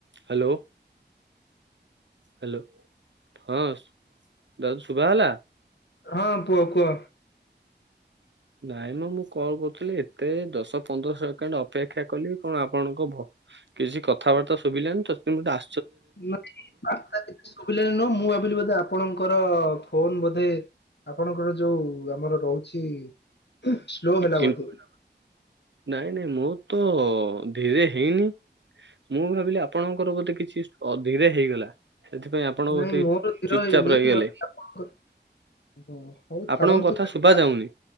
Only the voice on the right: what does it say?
Hello. Hello ହଁ ଦାଦୁ ଶୁଭା ହେଲା?
ନାଇଁ ମ ମୁଁ କଲ କରୁଥିଲି ଏତେ ଦଶ ପନ୍ଦର ସେକେଣ୍ଡ ଅପେକ୍ଷା କଲି କଣ ଆପଣଙ୍କ ଭ କିଛି କଥାବାର୍ତ୍ତା ଶୁଭିଲାନି ତ ମୁଁ ଆ
କିଛିନୁ
ନାଇଁ ନାଇଁ ମୁଁ ତ ଅ ଧୀରେ ହେଇନି ମୁଁ ଭାବିଲି ଆପଣଙ୍କର ବୋଧେ କିଛି ଅ ଧୀରେ ହେଇଗଲା। ସେଥିପାଇଁ ଆପଣ
ଗୋଟେ
ଚୁପଚାପ
ରହିଗଲେ।
ଆପଣଙ୍କ
କଥା
ଶୁଭା ଯାଉନି।